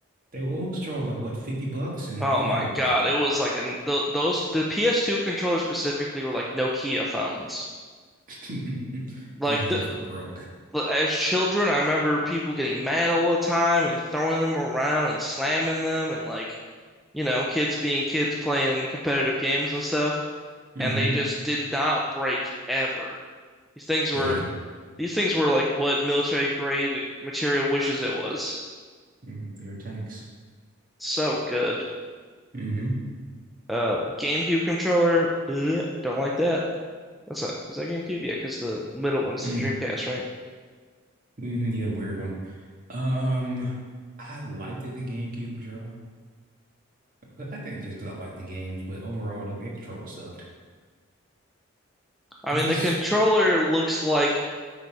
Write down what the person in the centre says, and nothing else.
Oh
my
God, it was like an th those the PS2 controllers specifically were like Nokia phones.
Like
the- as children, I remember people getting mad all the time and throwing them around and slamming them and like you know kids being kids playing competitive games and stuff,
and they just did not break ever. These things were
These things were like what military grade material wishes it was.
So good.
Uh, the GameCube controller, ugh, don't like that. That's not, is that GameCube? Yeah, because the middle one's
the Dreamcast, right?
I
mean,
the controller looks like